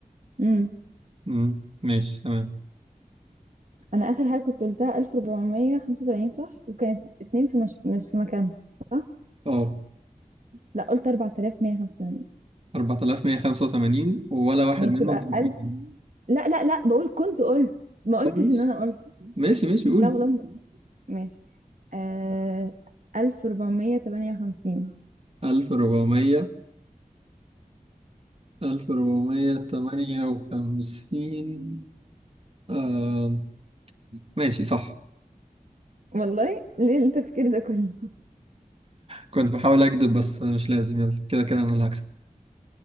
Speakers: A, on the right; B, on the right.
A: امم
B: مم، ماشي تمام
A: أنا آخر حاجة كنت قلتها ألف ربعمية خمسة وتمانين صح وكانت اتنين في مش, مش في مكان صح
B: اه
A: لا قلت 4185
B: 4185 ولا واحد
A: ماشي
B: منهم
A: بقى
B: كان في مكانه
A: لا لا لا بقول كنت قلت ما قلتش
B: اه
A: ان انا قلت
B: ماشي ماشي ماشي قول
A: لا والله ماشي آه 1458
B: 1400 1458 آه. ماشي صح
A: والله ليه التفكير ده كله
B: كنت بحاول أكذب بس مش لازم يلا كده كده أنا اللي هكسب